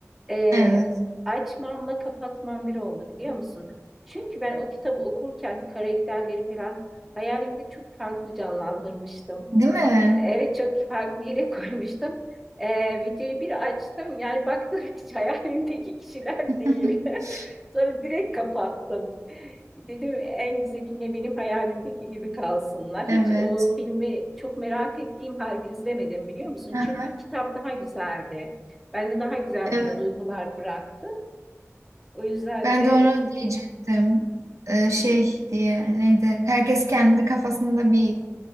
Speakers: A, in the centre; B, on the right.
A: Ee,
B: Evet.
A: açmamla kapatmam bir oldu biliyor musun? Çünkü ben o kitabı okurken karakterleri falan hayalimde çok farklı canlandırmıştım.
B: Değil mi?
A: Ee, Evet çok farklı yere <laughs> koymuştum. Ee, videoyu bir açtım yani baktım <laughs> hiç hayalimdeki kişiler
B: <laughs>
A: değil. <laughs> Sonra direkt kapattım. Dedim en güzeliyle benim hayalimdeki gibi kalsınlar.
B: Evet.
A: Hiç o filmi çok merak ettiğim halde izlemedim biliyor musun? Çünkü
B: Aha,
A: kitap daha güzeldi. Bende daha güzel
B: evet.
A: e, duygular bıraktı. O yüzden
B: Ben
A: de
B: de onu diyecektim. Ee,
A: <laughs>
B: şey diye neydi? Herkes kendi kafasında bir